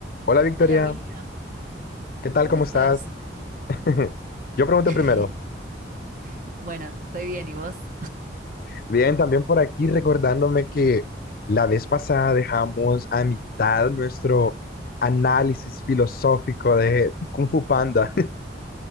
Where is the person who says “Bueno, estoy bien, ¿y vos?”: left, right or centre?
Right